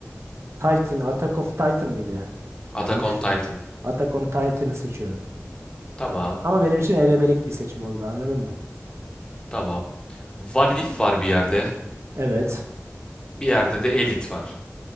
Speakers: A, on the right (about 60°); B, on the left (about 15°).
A: Titan, Attack of Titan mıydı?
B: Attack
A: Yanlış.
B: on Titan.
A: Attack on Titan'ı seçiyorum.
B: Tamam.
A: A- Ama benim için elemelik bir seçim oldu anladın mı?
B: Tamam. What If var bir yerde.
A: Evet.
B: Bir yerde de Elite var.